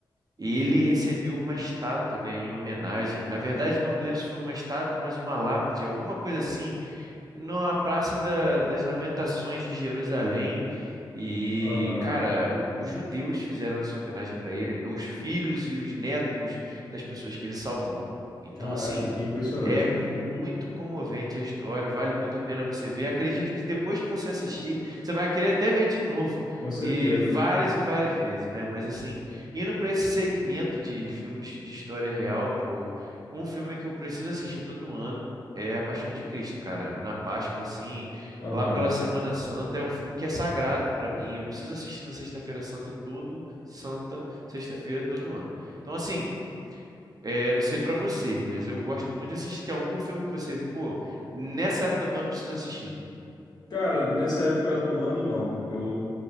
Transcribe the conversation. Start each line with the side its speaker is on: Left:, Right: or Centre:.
Right: ele recebeu uma estátua, né, em homenagem. Na verdade, não me lembro se foi uma estátua, mas uma lápide, alguma coisa assim, na Praça da- das Lamentações de Jerusalém. E,
Left: Aham.
Right: cara, o- os judeus fizeram a sua homenagem para ele, os filhos e os netos das pessoas que ele salvou. Então,
Left: Caraca,
Right: assim,
Left: que impressionante,
Right: é
Left: cara.
Right: muito comovente a história, vale muito a pena você ver. Acredito que depois que você assistir, você vai querer até ver de novo.
Left: Com certeza.
Right: E várias e várias vezes, né? Mas assim, indo para esse segmento de filmes de história real, pô, um filme que eu preciso assistir todo ano é A Paixão de Cristo, cara. Na Páscoa, assim,
Left: Aham.
Right: lá pela Semana Santa, é um filme que é sagrado pra mim. Eu preciso assistir na Sexta-feira Santa todo, Santa, Sexta-feira todo ano. Então, assim, é, eu não sei pra você, mas eu gosto muito de assistir. Tem algum filme que você, pô, nessa época do ano precisa assistir?
Left: Cara, nessa época do ano, não. Eu